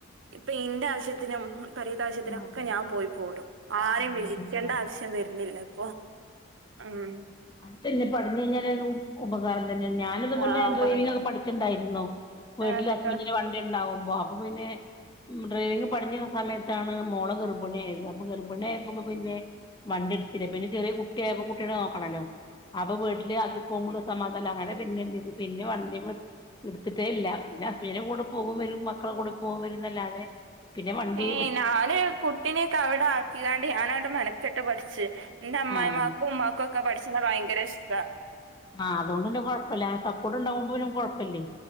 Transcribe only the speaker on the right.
ഇപ്പ ഇന്റെ ആവശ്യത്തിനും പെരിത്തെ ആവശ്യത്തിനൊക്കെ
ഞാൻ പോയി പോരും. ആരെ
വിളിക്കേണ്ട
ആവശ്യം വരുന്നില്ല ഇപ്പൊ ഉം.
ആഹ് ഉപക
എന്നിട്ടോ
ഏയ്
ഞാന് കുട്ടിനെക്കെ അവിടാ ക്കികാണ്ട് ഞാനാണ് മെനക്കെട്ട് പഠിച്ച്. എന്റെ അമ്മായിമാക്കും
ഉമ്മാക്കു ഒക്കെ പഠിച്ച്ണെ ഭയങ്കര ഇഷ്ട്ട.